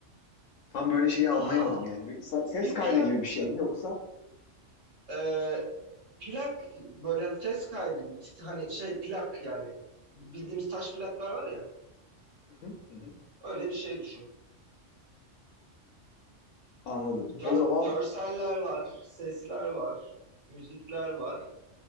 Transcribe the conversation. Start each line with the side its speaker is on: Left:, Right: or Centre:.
Left: Tam böyle şeyi anlayamadım
Right: Ha
Left: yani. Bir sa- ses
Right: bir
Left: kaydı
Right: plak
Left: gibi bir şey mi yoksa?
Right: e, plak böyle ses kaydı gibi tit- hani şey plak yani bildiğimiz taş plaklar var ya
Left: Hı hı. Hı hı.
Right: öyle bir şey düşün.
Left: Anladım.
Right: Gör-
Left: O zaman
Right: görseller var, sesler var, müzikler var.